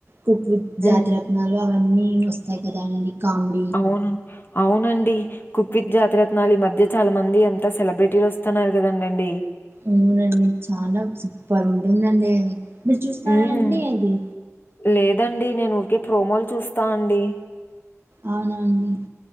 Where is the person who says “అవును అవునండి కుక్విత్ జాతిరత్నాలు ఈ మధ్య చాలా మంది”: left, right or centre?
Left